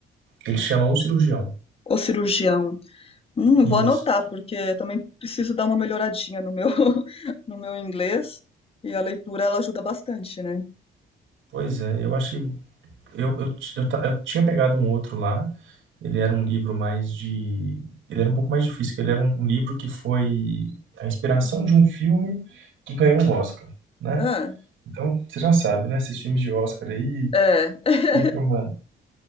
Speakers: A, on the right (about 75°); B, on the left (about 30°).
A: ele chama O Cirurgião.
B: O cirurgião. Hum,
A: Isso.
B: vou anotar, porque eu também preciso dar uma melhoradinha no meu, <laughs> no meu inglês. E a leitura, ela ajuda bastante, né?
A: Pois é, eu achei Eu, eu, ti- eu, ta- eu tinha pegado um outro lá. Ele era um livro mais de. Ele era um pouco mais difícil, que ele era um, um livro que foi a inspiração
B: Hum.
A: de um filme que ganhou um Oscar, né?
B: Ah,
A: Então, você já sabe, né? Esses filmes de Oscar aí,
B: é. <laughs>
A: sempre uma,